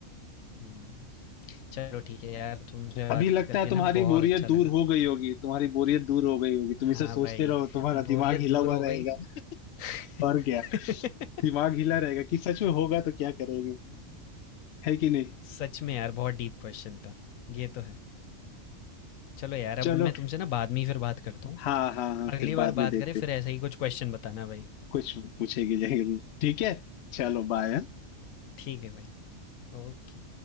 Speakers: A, on the left; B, on the left.
A: हम्म, चलो ठीक है यार तुमसे बात
B: अभी लगता
A: करके
B: है तुम्हारी
A: ना बहुत
B: बोरियत
A: अच्छा लगा
B: दूर हो गई होगी तुम्हारी बोरियत दूर हो गई होगी तुम इसे
A: हाँ
B: सोचते
A: भाई
B: रहो तुम्हारा
A: बोरियत
B: दिमाग हिला
A: दूर
B: हुआ
A: हो
B: रहेगा
A: गई
B: <laughs>
A: <laughs>
B: और क्या दिमाग हिला रहेगा कि सच में होगा तो क्या करेंगे है कि नहीं
A: सच में यार बहुत डीप क्वेश्चन था ये तो है चलो यार अब
B: चलो
A: मैं तुमसे ना बाद में ही फिर बात करता हूँ
B: हाँ हाँ हाँ
A: अगली
B: फिर
A: बार
B: बाद में
A: बात
B: देखते
A: करें फिर ऐसा ही कुछ क्वेश्चन बताना भाई
B: कुछ पूछेगी जरूर ठीक है चलो बाय
A: ठीक है भाई ओके